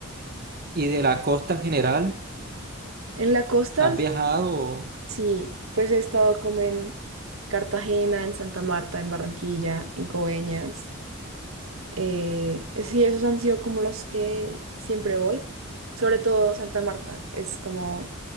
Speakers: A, on the right; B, on the right.
A: ¿Y de la costa en general?
B: En la costa
A: ¿Has viajado?
B: Sí, pues he estado como en Cartagena, en Santa Marta, en Barranquilla, en Coveñas. Eh, sí, esos han sido como los que siempre voy. Sobre todo Santa Marta, es como